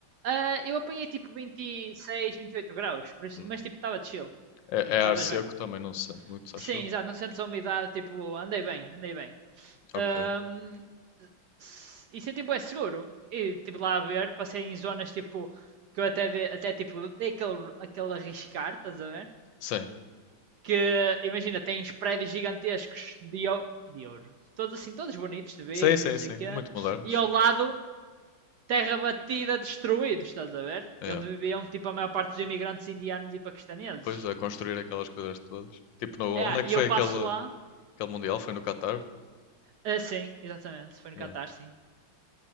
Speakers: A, on the right; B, on the left.
A: Uh, eu apanhei tipo 26, 28 graus, por isso,
B: Hum.
A: mas tipo estava chill,
B: É,
A: estavas
B: é ar seco
A: bem.
B: também, não se sente muito,
A: Sim,
B: achou?
A: exato, não sentes a umidade, tipo, andei bem, andei bem.
B: Ok.
A: Ahm, s- e senti bué seguro. E tipo lá a ver, passei em zonas tipo que eu até, de- até tipo dei aquele, aquele arriscar, estás a ver?
B: Sim.
A: Que imagina, tens prédios gigantescos de, ou- de ouro, todos assim, todos bonitos de vidro
B: Sim, sim,
A: e não sei
B: sim.
A: o quê,
B: Muito modernos.
A: e ao lado terra batida, destruídos, estás a ver?
B: É.
A: E onde viviam tipo a maior parte dos imigrantes indianos e paquistaneses.
B: Pois, a construir aquelas coisas todas. Tipo, no,
A: É,
B: onde é
A: e
B: que foi
A: eu passo
B: aquele,
A: lá,
B: aquele Mundial? Foi no Qatar?
A: ah, sim, exatamente, foi no
B: Yeah.
A: Catar, sim.